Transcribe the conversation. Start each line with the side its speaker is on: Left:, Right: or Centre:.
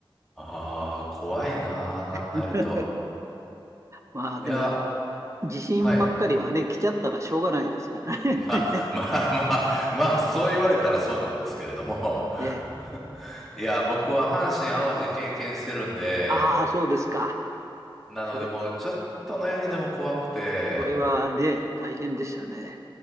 Centre: ああ、怖いなー、
Right: <laughs>
Centre: 考えると。
Right: まあでも、
Centre: いや、
Right: 地震ばっかりはね、
Centre: はい。
Right: 来ちゃったらしょうがないですからね。
Centre: <laughs>
Right: <laughs>
Centre: まあ、まあまあ、まあ、そう言われたらそうなんですけれども。
Right: ええ、
Centre: <laughs> いや、僕は阪神・淡路経験してるんで、
Right: ああ、そうですか。
Centre: なのでもうちょっとの揺れでも怖くて、
Right: それ、それはね、大変でしたね。